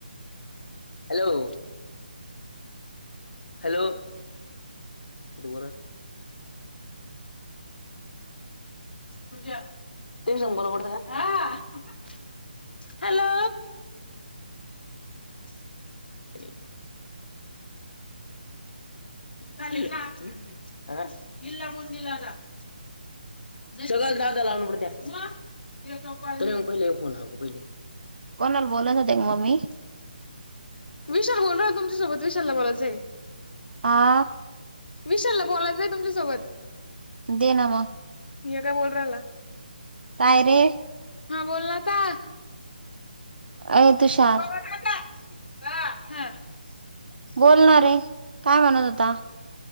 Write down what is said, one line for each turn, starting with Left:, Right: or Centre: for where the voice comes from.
Left: हॅलो! हॅलो! तिथ <unintelligible> पूजा ते शंभर पडत का हॅलो! <unintelligible> खाली चहा इला मुंदलाग <unintelligible> सगळ दादा लावून पड त्या्या त पहिले फोन ह पहिले <unintelligible>
Right: कोणाला बोलवते का मम्मी?
Left: विशाल बोलत होत तुमच्यासोबत विशालला बोलायचं.
Right: आ?
Left: विशालला बोलायचं आहे तुमच्यासोबत.
Right: दे ना मग.
Left: हे काय बोलु राहिला?
Right: काय रे?
Left: हा बोल ना आता
Right: अ तुषार
Left: हम <unintelligible>
Right: बोलणारे काय म्हणत होता?